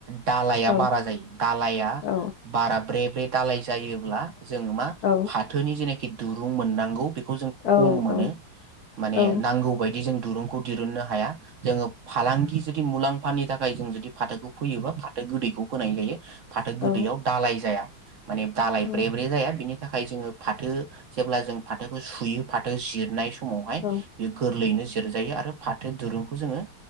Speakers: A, on the right (about 55°); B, on the left (about 70°).
A: दालाया
B: औ
A: बारा जायो दालाया
B: औ
A: बारा ब्रे बे दालाय जायोब्ला जोंङो मा
B: औ
A: फाथोनि जेनाखि दिरुं मोननांगौ बे बेखौ जों
B: औ
A: खम मोनो
B: औ
A: माने
B: औ
A: नांगौ जों दुरुंखौ दिहोननो हाया। जोङो फालांगि जुदि मुलाम्फानि थाखाय जों जुदि फाथोखौ फैयोबा फाथो गोदैखौ फोनाय जायो। फाथो
B: औ
A: गोदैयाव दालाय जाया। माने दालाय
B: औ
A: ब्रे ब्रे जाया बिनि थाखाय जोङो फाथो जेब्ला जों फाथोखौ सुयो फाथो जिरनाय समावहाय
B: औ
A: गोरलैनो जिरजायो आरो फाथो दिरुंखौ जोङो